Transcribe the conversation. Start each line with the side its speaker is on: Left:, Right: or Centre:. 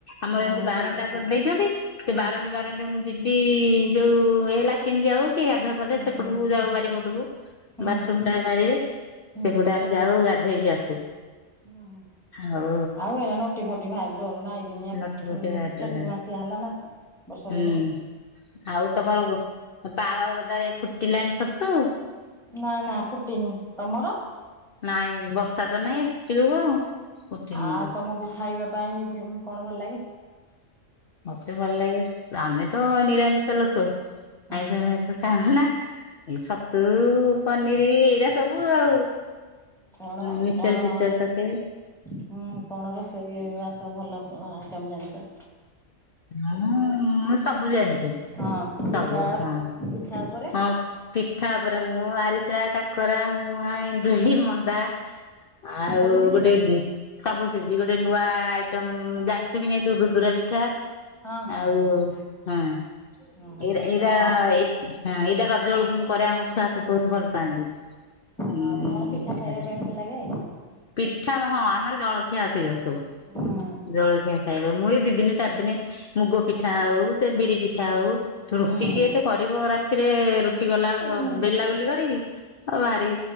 Left: ଆମର
Centre: ହୁଁ
Left: ଏମିତି ବାରଣ୍ଡା କରିଦେଇଛନ୍ତି ସେ
Centre: ହୁଁ
Left: ବାରାଣ୍ଡ ବାରଣ୍ଡା ମୁଁ ଯିବି ଯୋଉ ଏ ଲାଟିନ୍ ଯାଉ କି ଗାଧୁଆ ପାଧୁଆ
Centre: ହୁଁ
Left: ସେପଟକୁ
Centre: ହୁଁ
Left: ଯାଉ ବାରିପଟକୁ
Centre: ହୁଁ
Left: ବାଥରୁମ ଟା ବାାରିବେ
Centre: ହୁଁ
Left: ସେପଟେ ଆମେ ଯାଉ ଗାଧେଇକି ଆସୁ।
Centre: ହୁଁ ହୁଁ।
Left: ଆଉ
Centre: ଆଉ ଏତା ନଟି ଫଟି ଭାରି ଡର ନା ଆଇ ଦିନିଆ
Left: ନଟି ଫଟି ବାଟରେ
Centre: ଚତୁର୍ମାସିଆ ହେଲା ନା। ବର୍ଷା
Left: ହୁଁ
Centre: ଦିନ।
Left: ଆଉ ତମର ପାଳ ଗଦାରେ ଫୁଟିଲାଣି ଛତୁ?
Centre: ନା ନା ଫୁଟିନି ତମର?
Left: ନାଇଁ ବର୍ଷା ତ ନାଇଁ ଫୁଟିବ କଣ? ଫୁଟିନି
Centre: ଆଉ
Left: ଲୋ
Centre: ତମକୁ ଖାଇବା ପାଇଁ କଣ ଭଲ ଲାଗେ?
Left: ମତେ ଭଲ ଲାଗେ ଆମେ ତ ନିରାମିଷ ଲୋକ
Centre: ହଁ
Left: ଆଇଁସ ଫାଇଂଶ ଖାଉନା ଏଇ ଛତୁ ପନିର ଏଇରା ସବୁ ଆଉ।
Centre: କଣ
Left: ମିକ୍ସଚର
Centre: କଣ
Left: ଫିକ୍ସଚର ତରକାରୀ
Centre: ହଁ କଣ ରୋ ସେଇ ମାସ ଭଲ ଆଇଟମ୍ ଜାଣିଛ
Left: ହଁ ମୁଁ ସବୁ ଜାଣିଛି
Centre: ହଁ ପିଠା
Left: ସବୁ ହଁ
Centre: ପିଠା ଉପରେ
Left: ହଁ ପିଠା ଉପରେ ମୁଁ ଆରିସା କାକରା ମୁଆ ଏଣ୍ଡୁରି ମ ଣ୍ଡା ଆଉ
Centre: ସବୁ ଶିଖିଛ?
Left: ଗୋଟେ ସବୁ ସିକିଚି। ଗୋଟେ ନୂଆ ଆଇଟମ ଜାଣିଛୁ କି ନାଇ ତୁ ଦୁଦୁରା ପିଠା?
Centre: ହଁ ହଁ
Left: ଆଉ
Centre: ହଁ
Left: ହଁ
Centre: ହଁ ହଁ ହଁ
Left: ଏଇରା ଏଇରା
Centre: ଯାହା
Left: ଏଇ ଏଇଟା ରଜ
Centre: ହଁ
Left: ବେଳକୁ ମୁଁ କରେ ଆମ ଛୁଆ ସବୁ ବହୁତ ଭଲ ପାଆନ୍ତି।
Centre: ହଁ
Left: ଉଁ
Centre: କଣ
Left: ମୀଠା
Centre: ପିଠା ଖାଇବା ପାଇଁ ଭଲ ଲାଗେ?
Left: ପିଠା ହଁ ଆମର ଜଳଖିଆ ପ୍ରିୟ ସବୁ।
Centre: ହୁଁ
Left: ଜଳଖିଆ ଖାଇବା ମୁ ଏ ଦି ଦିନେ ଚାରି ଦିନେ ମୁଗ ପିଠା ହଉ ସେ ବିରି ପିଠା ହଉ ରୁଟି
Centre: ହୁଁ।
Left: କିଏ ଏତେ କରିବ? ରାତିରେ ରୁ ଟି କଲାବେଳକୁ
Centre: ହୁଁ ହୁଁ
Left: ବେଲା ବୁଲି କରିକି ଆଉ ଭାରି